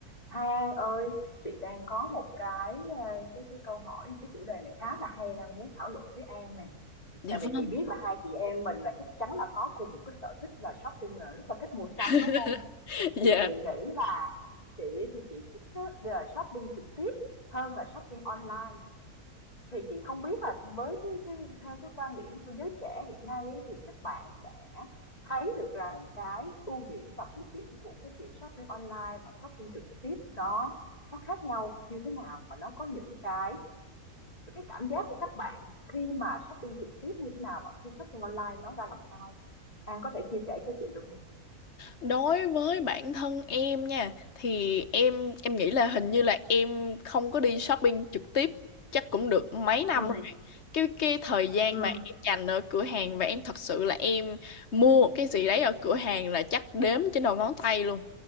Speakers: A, on the left; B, on the left.
A: Hai An ơi, chị đang có một cái ờ, cái cái câu hỏi, cái chủ đề này khá là hay đang muốn thảo luận với An nè.
B: Dạ
A: Tại
B: vâng.
A: vì chị biết là hai chị em mình là chắc chắn là có cùng một cái sở thích là shopping rồi, rất là thích mua sắm
B: <laughs>
A: đúng không?
B: Dạ.
A: Thì chị nghĩ là chị thì chị thích á, là shopping trực tiếp hơn là shopping online. Thì chị không biết là với cái cái theo cái quan điểm của giới trẻ hiện nay ấy, thì các bạn sẽ thấy được rằng cái ưu điểm và khuyết điểm của cái việc shopping online và shopping trực tiếp nó nó khác nhau như thế nào và nó có những cái cái cảm giác của các bạn khi mà shopping trực tiếp như thế nào và khi shopping online nó ra làm sao? An có thể chia sẻ cho chị được không?
B: Đối với bản thân em nha thì em em nghĩ là hình như là em không có đi shopping trực tiếp chắc cũng được mấy năm
A: ừ
B: rồi. Cái cái thời gian
A: ừ
B: mà em dành ở cửa hàng và em thật sự là em mua một cái gì đấy ở cửa hàng là chắc đếm trên đầu ngón tay luôn.